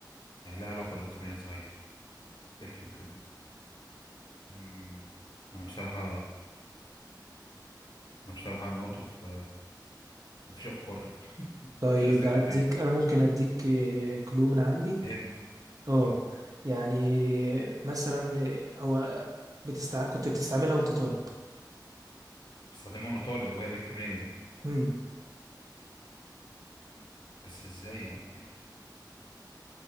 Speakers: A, on the left; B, on the right.
A: لها علاقة بالالكترونيات صحيح ايه الفكرة دي امم انا بصراحة انا بصراحة ام اوت اوف مفيش افكار
B: طيب
A: مفيش اسئلة
B: أديك
A: تاني
B: أنا ممكن أديك آه، كلو من عندي
A: هند
B: أه
A: اه
B: يعني مثلا هو بتستع... كنت بتستعملها وأنت طالب
A: بستخدمها وانا طالب وهي الكترونية
B: امم
A: بس ازاي لا ايه ده